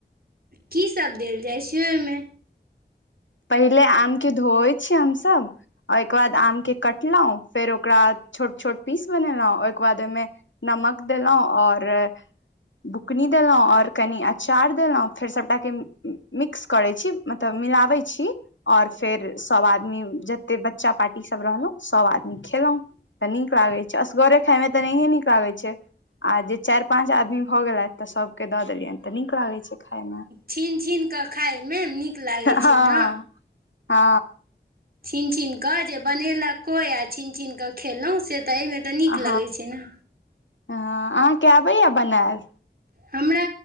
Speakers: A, on the right; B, on the left.
A: की सब देल जाइ छै ओहिमे
B: पहिले आम के धोै छियै हमसभ ओहिके बाद आम के कटलौ फेर ओकरा छोट छोट पीस बनेलौ ओहिके बाद ओहिमे नमक देलहुॅँ आओर बुकनी देलहुँ ओर कनि अँचार देलहुँ फेर सभटाके मिक्स करै छी मतलब मिलाबै छी ओर फेर सब आदमी जते बच्चा पाटी सब रहलहुँ सब आदमी खेलहुॅं तऽ नीक लागैत छै असगरे खायमे तऽ नहिए नीक लागैत छै आ जे चारि पाँच आदमी भऽ गेलथि तऽ सबके दऽ देलियनि तऽ नीक लागैत छै खाय मे
A: छिन छिन कऽ खाय मे नीक लागै
B: हँ
A: छै ने
B: हँ
A: छीन छीन कऽ जे बनेलक कोइ आ छीन छीनक कऽ खेलहुँ से तऽ एहिमे तऽ नीक
B: हँ
A: लगै छै ने
B: हँ अहाँके आबैया बनैल
A: हमरा